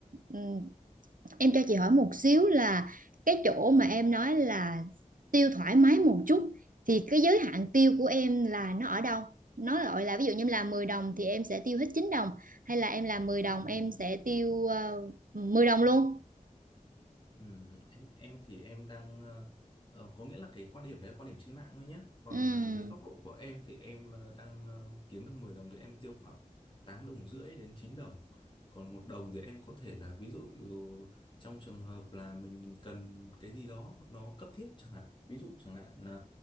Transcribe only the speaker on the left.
Dạ.
Ừm,
ừm, em em thì em đang ờ, ờ, có nghĩa là cái quan điểm đấy là quan điểm trên mạng thôi nhé. Còn
ờ, dưới góc độ của em thì em ờ, đang ờ, kiếm được 10 đồng thì em tiêu khoảng 8 đồng rưỡi đến 9 đồng. Còn một đồng thì em có thể là ví dụ ừ, trong trường hợp là mình cần cái gì đó nó cấp thiết chẳng hạn. Ví dụ chẳng hạn